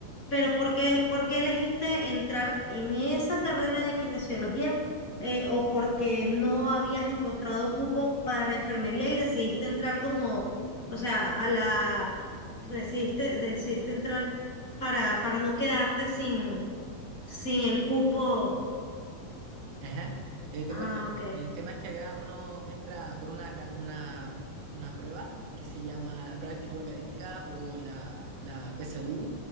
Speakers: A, on the left; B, on the right.
A: pero ¿por qué, por qué elegiste entrar en esa carrera de kinesiología? eh, ¿o porque no habías encontrado cupo para enfermería y decidiste entrar como, o sea, a la, decidiste, decidiste entrar para, para no quedarte sin, sin el cupo?
B: Ajá, eh, te
A: Ah,
B: cuento.
A: ok,
B: El tema es que acá uno entra por una, ca- una, una prueba que se llama la prueba de actitud académica o la, la PSU.